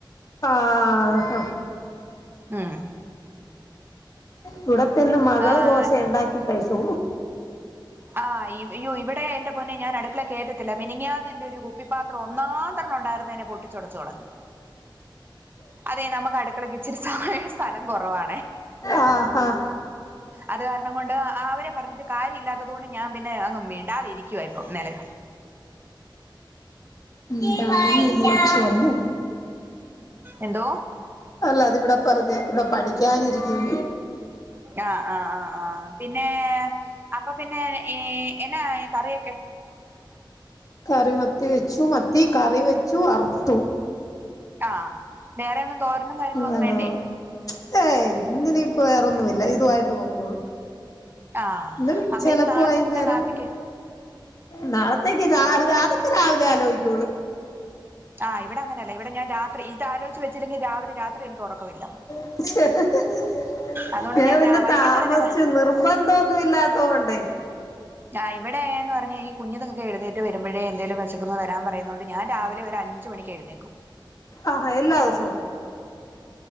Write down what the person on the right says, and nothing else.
ആഹ്
ആഹ്
ആഹ് ഇവിടെ എ്ന്റെ പൊന്നെ ഞൻ അടുക്കള കേട്ടത്തില്ല മിനിങ്ങാന്ന് എന്റെ ഒരു പാത്രം ഒന്നാം തവണം ഉണ്ടായിരുന്നതിനെ പൊട്ടിച്ചുടച്ച്കളഞ്ഞു അതെ നമുക്ക്ടുത്ത് മക്കളൊക്കെ ഇച്ചിരിച്ചമയ സ്ഥലം കുറവാണേ
അത് കാരണം കൊണ്ട് അവരെ പറഞ്ഞിട്ട് കാര്യമില്ലാ അതുകൊണ്ട് ഞാൻ പിന്നെ അങ്ങ് മിണ്ടാതെ ഇരിക്കുവ ഇപ്പം നിലക
എന്തോ
ആഹ് ആഹ് ആഹ് ആഹ് പിന്നെ അപ്പൊ പിന്നെ ഈ എന്നാ കറിയൊക്കെ
ആ വേറെയ ഒന്നും തോരണും കാര്യങ്ങളും
ഒന്നും വേണ്ടേ
ആഹ്
അപ്പൊ
ഇനി നാളത്തേനെന്നാ
കാപ്പിക്ക്
ആഹ് ഇവിടെ അങ്ങനെയല്ലേ ഇവിടെ ഞാൻ രാത്രി ഇത് ആലോചച്ച് വെച്ചില്ലെങ്കിൽ രാവിലെ രാത്രി എനിക്ക് ഉറക്കമില്ല
അതുകൊണ്ട്
രാ വൈകിട്ട്
തന്നെ രാ
<inaudible> ഞാ ഇവിടെയ എന്ന് പറഞ്ഞ ഈ കുഞ്ഞു നിങ്ങൾ എഴുന്നേറ്റ് വരുമ്പഴേ എന്തേലും വിശക്കന്ന് തരാൻ പറയുന്നുണ്ട് ഞൻ രാവിലെ ഒരു അഞ്ച മണി എഴുന്നേക്കും